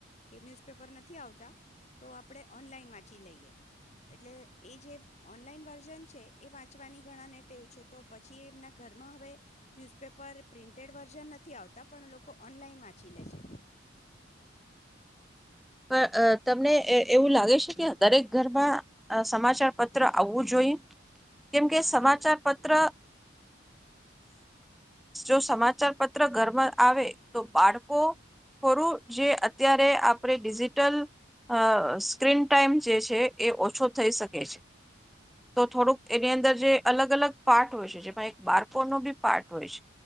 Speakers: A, on the left; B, in the centre.
A: કે ન્યૂઝપેપર ન થી આવતા તો આપણે ઓનલાઈન વાંચી લઈએ એટલે એ જે ઓનલાઈન વર્ઝન છે એ વાંચવાની ઘણાને ટેવ છે તો પછી એમના ઘરમાં હવે ન્યૂઝપેપર પ્રિન્ટેડ વર્ઝન નથી આવતા પણ લોકો ઓનલાઈન વાંચી લે છે.
B: પણ અ તમને એવું લાગે છે કે દરેક ઘરમાં સમાચાર પત્ર આવવું જોઈએ કેમ કે
A: હા
B: સમાચાર
A: એવું
B: પત્ર જો સમાચાર પત્ર ઘરમાં આવે તો બાળકો થોડું જે અત્યારે આપણે ડિજિટલ અ સ્ક્રીન ટાઈમ જે છે એ ઓછો થઈ શકે છે તો થોડુંક એની અંદર જે અલગ અલગ પાર્ટ હોય છે જેમાં એક બાળકોનો બી પાર્ટ હોય છે